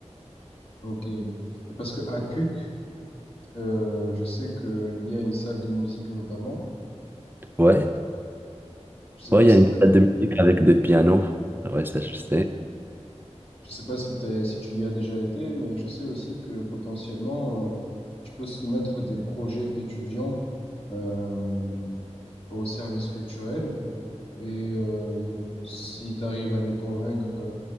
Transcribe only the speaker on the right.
Ouais,
ouais,
il y
a une
salle de musique avec deux pianos. Ouais, ça je sais.